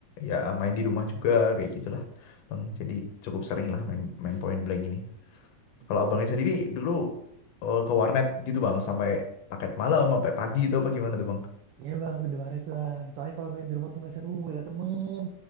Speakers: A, on the left; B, on the right.
A: ya main di rumah juga kayak gitulah. Bang, jadi cukup sering lah main main point blank ini.
B: aduh
A: Kalau abangnya
B: main di
A: sendiri
B: rumah.
A: dulu eh, ke warnet gitu bang sampai paket malam sampai pagi itu apa gimana tuh bang?
B: Iya bang, udah warnet bang. Soalnya kalau main di rumah tuh nggak seru, nggak ada temen.